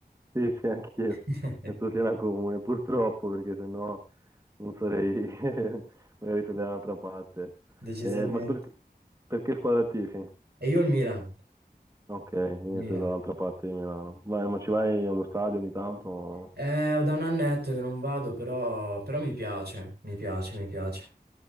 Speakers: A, on the right; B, on the right.
A: Sì, sì, anch'io.
B: <laughs>
A: Penso sia una comune, purtroppo, perché sennò non sarei, <laughs> magari sarei dall'altra parte.
B: Decisamente.
A: Eh, ma perché, perché squadra tifi?
B: E io il Milan.
A: Ok, quindi
B: il Milan.
A: sei dall'altra parte di Milano. Ma, ma ci vai allo stadio ogni tanto?
B: Eh, da un annetto che non vado, però, però mi piace, mi piace, mi piace.